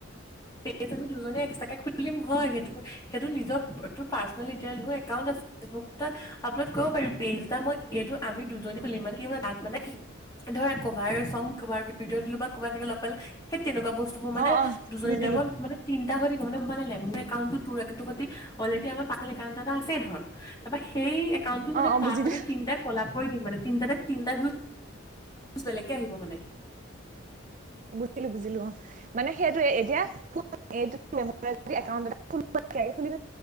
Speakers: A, on the left; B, on the right.
A: পেছ এটা, আমি দুজনীয়ে এক্সট্ৰাকে - খুলিম হয় সেইটো, সেইটো নিজৰ ৰিপ্ৰেজেণ্টেটিভ নিজৰ একাউণ্ট আছে লৈ আপলড কৰিব পাৰি পেজ এটা মই এইটো আমি দুজনীয়ে খুলিম মানে ধৰ কভাৰ চং কভাৰ ভিডিও দিলো হয় <unintelligible> সেইটো- তেনেকুৱা বস্তু বোৰ মানে,
B: অ অ
A: দুজনি
B: বুজিলো
A: মানে তি- সেই <inaudible> মোৰ একাউণ্টটো তোৰ <inaudible> অলৰেডি আমাৰ পাৰ্চনেল একাউণ্ট এটা আছে ধৰ, তাৰ পৰা সেই এ একাউণ্টটো মানে
B: অ অ
A: তাৰ
B: বুজিলো
A: আগতে তিনিটা কলা- কৰি দিম মানে, তিনিটা তিনিটা ভিও- বেলেগকে আহিব মানে।
B: বুজিলো, বুজিলো, অ। মানে সেইটোৱে এতিয়া <inaudible> এইকাউট